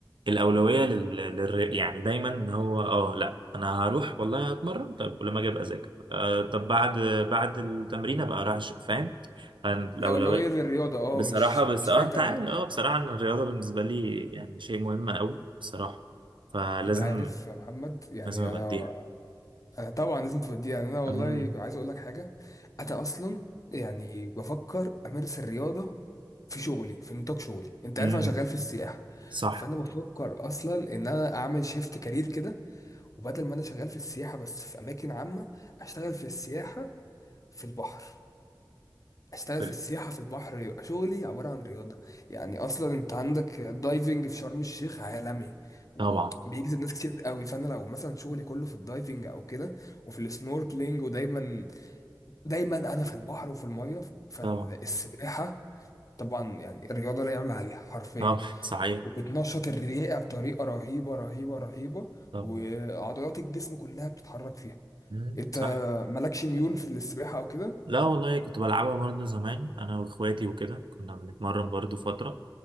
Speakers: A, on the right; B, on the left.
A: الأولوية لل... لل... يعني دايما إن هو اه لا انا هروح والله هتمرن طب ولما اجي ابقى اذاكر آه طب بعد بعد التمرين ابقى اروح أش- فاهم فالأولوية
B: الاولويه للرياضه اه
A: بصراحة
B: مش
A: بس
B: مش
A: اه
B: حاجه تانية
A: انت عارف اه بصراحة ان الرياضة بالنسبة لي يعني شيء مهم قوي بصراحة فلازم
B: انت عارف يا محمد يعني
A: لازم ابقى
B: انا
A: اديها
B: آه، طبعا لازم تبدي يعني انا والله
A: امم
B: عايز اقول لك حاجه انا اصلا يعني بفكر امارس الرياضه في شغلي في نطاق شغلي انت
A: امم
B: عارف انا شغال في السياحه
A: صح
B: فانا بفكر اصلا ان انا اعمل شيفت كارير كده وبدل ما انا شغال في السياحه بس في اماكن عامه اشتغل في السياحه في البحر اشتغل
A: طيب.
B: في السياحة في البحر يبقى شغلي عبارة عن رياضة يعني اصلا انت عندك الدايفنج في شرم الشيخ عالمي وبيجذب
A: طبعا
B: ناس كتير قوي فانا لو مثلا شغلي كله في الدايفنج او كده وفي السنوركلينج ودايما دايما انا في البحر وفي المية فالسباحة
A: طبعا
B: طبعا يعني الرياضة لا يعلى عليها حرفيا
A: طبعا صحيح
B: وبتنشط الرئة بطريقة رهيبة رهيبة رهيبة
A: طبعا
B: وعضلات الجسم كلها بتتحرك فيها
A: مم.
B: انت
A: صح
B: مالكش ميول في السباحة او كده
A: لا والله كنت بلعبها برضه زمان انا واخواتي وكده كنا بنتمرن برضه فترة